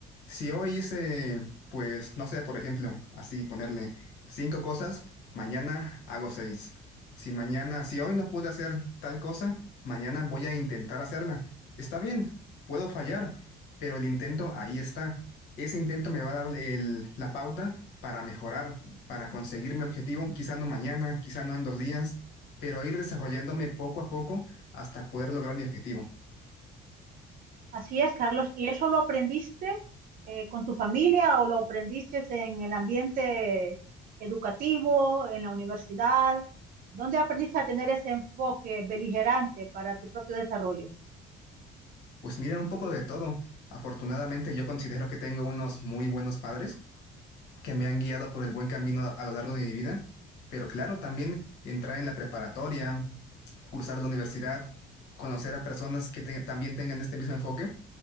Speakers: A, on the left; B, on the right.
A: Si hoy hice, pues, no sé, por ejemplo, así ponerle cinco cosas, mañana hago seis. Si mañana, si hoy no pude hacer tal cosa, mañana voy a intentar hacerla. Está bien, puedo fallar, pero el intento ahí está. Ese intento me va a dar el- la pauta para mejorar, para conseguir mi objetivo, quizá no mañana, quizá no en dos días, pero ir desarrollándome poco a poco hasta poder lograr mi objetivo.
B: Así es, Carlos. ¿Y eso lo aprendiste eh, con tu familia o lo aprendiste en el ambiente educativo, en la universidad? ¿Dónde aprendiste a tener ese enfoque beligerante para tu propio desarrollo?
A: Pues mira, un poco de todo. Afortunadamente yo considero que tengo unos muy buenos padres que me han guiado por el buen camino a a lo largo de mi vida, pero claro, también entrar en la preparatoria, cursar la universidad, conocer a personas que te- también tengan este mismo enfoque,